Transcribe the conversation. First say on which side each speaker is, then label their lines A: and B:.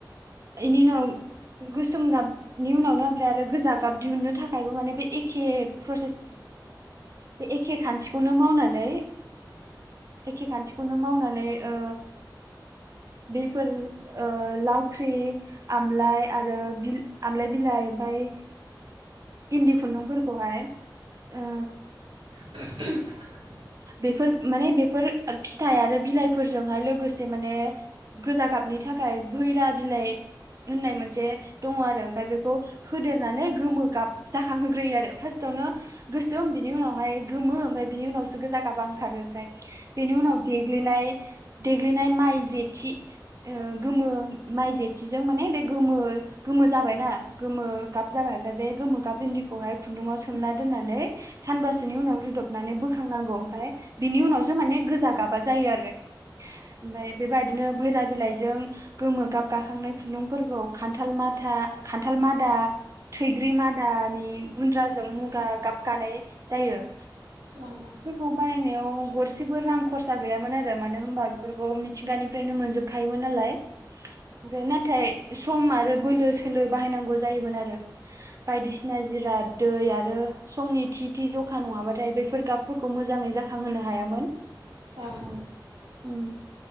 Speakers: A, on the right; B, on the right.
A: बेनि उनाव गोसोम गाबनि उनावनो ओमफ्राय आरो गोजा गाब दिहुननो थाखायबो माने बे एखे प्रसेस एखे खान्थिखौनो मावनानै एखे खानथिखौनो मावनानै ओ बेफोर ओ लावख्रि आमलााय आरो बिल आमलााय बिलाइ ओमफाय इन्दि खुन्दुंफोरखौहाय ओ
B: <inaudible>
A: बेफोर माने बेफोर फिथाइ आरो बिलाइफोरजोंहाय लोगोसे माने गोजा गाबनि थाखाय भैरा बिलाइ होननाय मोनसे दङ आरो ओमफ्राय बेखौ होदेरनानै गोमो गाब जाखांहोग्रोयो आरो फार्स्टआवनो गोसोम बिनि उनावहाय गोमो ओमफ्राय बिनि उनाव गोजा गाबा ओखारो ओमफ्राय बेनि उनाव देग्लिनाय देग्लिनाय माइ जेथि गोमो माइ जेथिजों माने बे गोमो गोमो जाबायना गोमो गाब जाबाय आरो ओमफ्राय बे गोमो गाब बिन्दिखौहाय खुन्दुंआव सोमना दोननानै साबासोनि उनाव रूदबनानै बोखां खांनांगौ ओमफ्राय बिनि उनावसो माने गोजा गाबा जायो आरो ओमफ्राय बेबायदिनो भैला बिलाइजों गोमो गाब गाखांनाय खुन्दुंफोरखौ खान्थाल माथा खान्थाल मादा थैग्रि मादानि गुन्द्राजों मुगा गाबगानाय जायो।
B: औ औ
A: बेखौ बानायनायाव गरसेबो रां खरसा गैयामोन आरो मानो होनबा बेफोरखौ मिथिंगानिफ्रायनो मोनजोबखायोमोन नालाय। ओमफ्राय नाथाय सम आरो बोलो सोलो बाहायनांगौ जायोमोन आरो बायदिसिना जिराद दै आरो समनि थि थि जखा नङाबाथाय बेफोर गाब फोरखौ मोजाङै जाखां होनो हायामोन।
B: अ औ।
A: उम